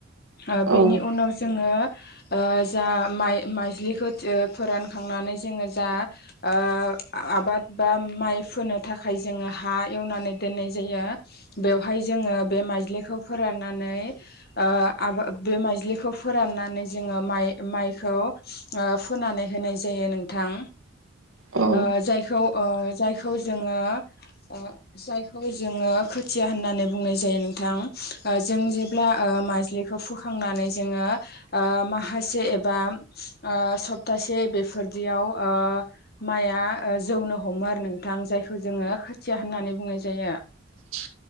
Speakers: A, on the left (about 50°); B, on the right (about 80°).
A: ओ
B: औ
A: बेनि उनाव जोङो ओ जा माइ-माइज्लिखौ थिओ फोरानखांनानै जोङो जा ओ आबाद बा माइ फोनो थाखाय जोङो हा एवनानै दोननाय जायो बेवहाय जोङो बे माइजलिखौ फोराननानै ओ आबा बे माइज्लिखौ फोराननानै जोङो माइ माइखौ ओ फुनानै होनाय जायो नों थां
B: औ
A: ओ जायखौ ओ जायखौ जोङो ओ जायखौ जोङो खोथिया होननानै बुंनाय जायो नोंथां। ओ जों जेब्ला ओ बा माइज्लिखौ फुखांनानै जोङो ओ माहासे एबा ओ सप्तासे ए बेफोर दियाव ओ माइआ ओ जौनो हमो आरो नोंथां। जायखौ जोङो खोथिया होननानै बुंनो जाया
B: <inaudible>